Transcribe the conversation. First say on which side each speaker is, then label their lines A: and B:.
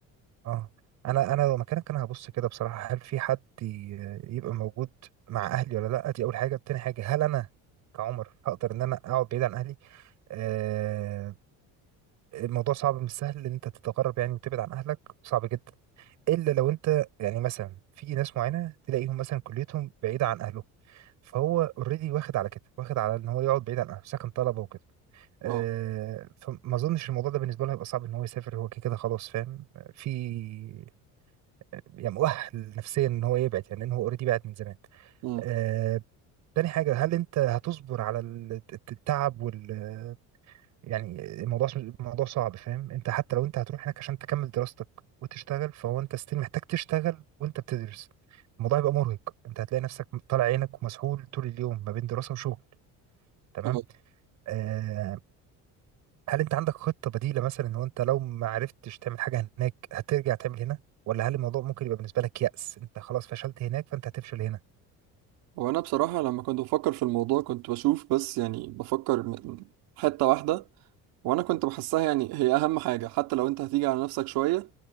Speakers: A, on the right; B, on the right.
A: اه انا انا لو مكانك انا هبص كده بصراحه هل في حد ي- آه، يبقى موجود مع اهلي ولا لا دي اول حاجه تاني حاجه هل انا كعمر هقدر ان انا اقعد بعيد عن اهلي آه الموضوع صعب مش سهل ان انت تتغرب يعني وتبعد عن اهلك صعب جدا الا لو انت يعني مثلا في ناس معينه تلاقيهم مثلا كليتهم بعيده عن اهلهم فهو اوريدي واخد على كده واخد على ان هو يقعد بعيد عن اهله ساكن طلبه وكده آه،
B: اه
A: فما اظنش الموضوع ده بالنسبه له هيبقى صعب ان هو يسافر هو كده كده خلاص فاهم في يعني مؤهل نفسيا ان هو يبعد يعني ان هو اوريدي بعد من زمان
B: امم
A: آه، تاني حاجه هل انت هتصبر على ال- الت- التعب وال يعني الموضوع الموضوع صعب فاهم انت حتى لو انت هتروح هناك عشان تكمل دراستك وتشتغل فهو انت ستيل محتاج تشتغل وانت بتدرس الموضوع هيبقى مرهق انت هتلاقي نفسك طالع عينك ومسحول طول اليوم ما بين دراسة وشغل تمام
B: اه
A: آه هل انت عندك خطة بديلة مثلا ان هو انت لو ما عرفتش تعمل حاجة هناك هترجع تعمل هنا ولا هل الموضوع ممكن يبقى بالنسبة لك يأس انت خلاص فشلت هناك فانت هتفشل هنا
B: وانا بصراحه لما كنت بفكر في الموضوع كنت بشوف بس يعني بفكر م- حته واحده وانا كنت بحسها يعني هي اهم حاجه حتى لو انت هتيجي على نفسك شويه